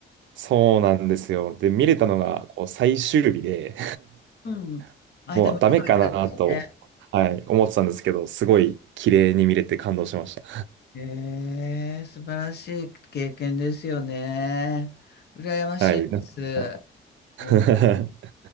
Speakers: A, on the right; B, on the left.
A: そうなんですよ。で、見れたのが、こう、最終日で
B: うん。
A: <laughs>
B: あ、
A: もうダメかなと、
B: でも良かったですね。
A: はい、思ってたんですけど、すごい綺麗に見れて感動しました。
B: ええ、素晴らしい経験ですよね。羨ましいです。
A: <laughs> はい。なんか <laughs>
B: もう